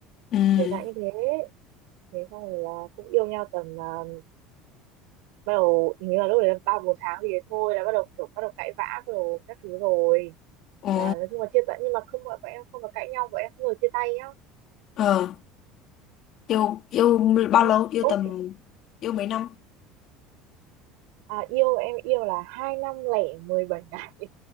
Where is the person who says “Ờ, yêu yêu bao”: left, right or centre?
Left